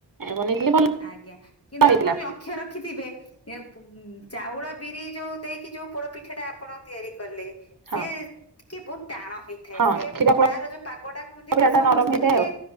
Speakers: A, on the right; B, on the left.
A: ବନେଇଥିଲି ଭଲ
B: ଆଜ୍ଞା କିନ୍ତୁ
A: ହେଇଥିଲା
B: ଆପଣ ଲକ୍ଷ୍ୟ ରଖିଥିବେ ଉ ଚାଉଳ ବିରି ଯୋଉ ଦେଇକି ଯୋଉ ପୋଡ ପିଠା ଟା ଆପଣ ତିଆରି କଲେ
A: ହଁ
B: ସେ କି ବହୁତ ଟାଣ ହେଇଥାଏ
A: ହଁ
B: ସେ
A: କ୍ଷୀର ପୋଡ
B: ତାର ଯୋଉ ପାଗ ଟା କୁହନ୍ତି
A: ପିଠା
B: ନା
A: ଟା
B: ସମସ୍ତେ
A: ନରମ ହେଇଥାଏ
B: ଟିକେ
A: ଆଉ